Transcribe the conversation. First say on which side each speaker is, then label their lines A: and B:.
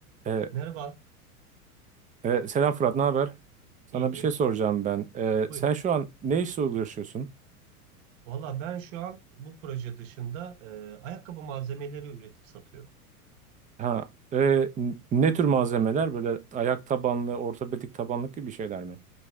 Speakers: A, on the right (about 15°); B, on the right (about 55°).
A: E,
B: Merhaba,
A: e, selam Fırat, ne haber? Sana
B: iyidir.
A: bir şey soracağım ben. E,
B: Buyur.
A: sen şu an ne işle uğraşıyorsun?
B: Valla ben şu an bu proje dışında e, ayakkabı malzemeleri üretip satıyorum.
A: Ha, e, n- ne tür malzemeler? Böyle ayak tabanlı, ortopedik tabanlık gibi şeyler mi?